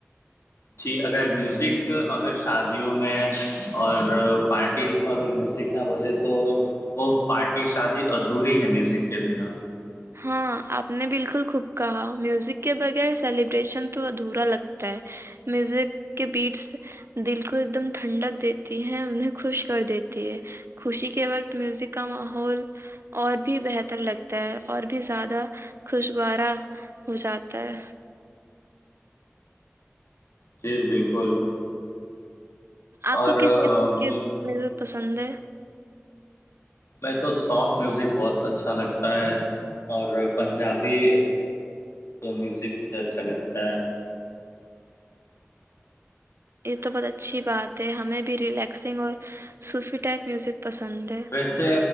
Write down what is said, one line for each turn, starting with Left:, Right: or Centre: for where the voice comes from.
Left: جی اگر میوزک اگر شادیوں میں اور پارٹیز اگر میوزک نہ بچے تو وہ پارٹی شادی ادھوری ہے میوزک کے بنا
Right: ہاں آپ نے بالکل خوب کہا میوزک کے بغیر سیلیبریشن تو ادھورا لگتا ہے میوزک کے بیڈس دل کو ایک دم ٹھنڈک دیتی ہے انہیں خوش کر دیتی ہے خوشی کے وقت میوزک کا ماحول اور بھی بہتر لگتا ہے اور بھی زیادہ خوشگوارا ہو جاتا ہے
Left: جی بالکل
Right: آپ
Left: اور
Right: کو کس قسم کی
Left: میں
Right: میوزک پسند ہے
Left: میں تو سافٹ میوزک بہت اچھا لگتا ہے اور پنجابی میوزک مجھے اچھا لگتا ہے <inaudible> <inaudible>
Right: یہ تو بہت اچھی بات ہے ہمیں بھی ریلیکسنگ اور صوفی ٹائپ میوزک پسند ہے
Left: ویسے